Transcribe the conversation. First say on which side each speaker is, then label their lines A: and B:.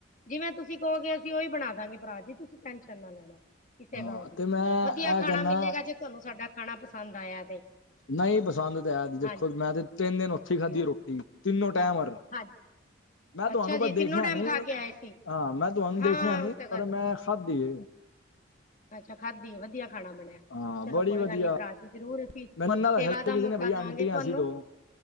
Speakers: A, on the left (about 40°); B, on the left (about 80°).
A: ਜਿਵੇਂ ਤੁਸੀਂ ਕਹੋਗੇ ਅਸੀਂ ਉਹੀ ਬਣਾ ਦਾਂਗੇ ਭਰਾ ਜੀ ਤੁਸੀਂ ਟੈਨਸ਼ਨ ਨਾ ਲੈਣਾ ਕਿਸੇ
B: ਹਾਂ
A: ਗੱਲ ਦੀ
B: ਤੇ ਮੈਂ
A: ਵਧੀਆ
B: ਇਹ
A: ਖਾਣਾ
B: ਕਹਿੰਦਾ
A: ਮਿਲੇਗਾ ਜੇ ਤੁਹਾਨੂੰ ਸਾਡਾ ਖਾਣਾ ਪਸੰਦ ਆਇਆ ਤੇ
B: ਨਹੀਂ ਬਸੰਤ ਤਾਂ ਹੈ ਦੇਖੋ
A: ਹਾਂ
B: ਮੈਂ ਤੇ ਤਿੰਨ ਦਿਨ ਉੱਥੇ ਹੀ ਖਾਧੀ
A: ਹਾਂ
B: ਰੋਟੀ ਤਿੰਨੋ ਟਾਈਮ ਵਰ
A: ਹਾਂਜੀ
B: ਮੈਂ ਤੁਹਾਨੂੰ
A: ਅੱਛਾ ਜੀ
B: ਪਰ
A: ਤਿੰਨੋ
B: ਦੇਖਿਆ
A: ਟਾਈਮ
B: ਨੀ
A: ਖਾ ਕੇ ਆਏ ਸੀ
B: ਹਾਂ ਮੈਂ ਤੁਹਾਨੂੰ
A: ਹਾਂ
B: ਦੇਖਿਆ ਨੀ
A: ਉਹ ਤਾਂ ਗੱਲ
B: ਪਰ ਮੈਂ
A: ਸਹੀ
B: ਖਾਦੀ ਏ
A: ਅੱਛਾ ਖਾਧੀ ਆ ਵਧੀਆ ਖਾਣਾ ਬਣਿਆ
B: ਹਾਂ
A: ਚਲੋ
B: ਬੜੀ
A: ਕੋਈ
B: ਵਧੀਆ
A: ਗੱਲ ਨੀ ਭਰਾ ਜੀ ਜਰੂਰ ਅਸੀਂ
B: ਮੈਨੂੰ ਇਹਨਾਂ ਦੱਸਿਆ
A: ਸੇਵਾ
B: ਸੀ
A: ਦਾ
B: ਕਿਸੇ
A: ਮੌਕਾ
B: ਨੇ ਬਈ
A: ਦੇਵਾਂਗੇ
B: ਆਂਟੀਆਂ
A: ਤੁਹਾਨੂੰ
B: ਸੀ ਦੋ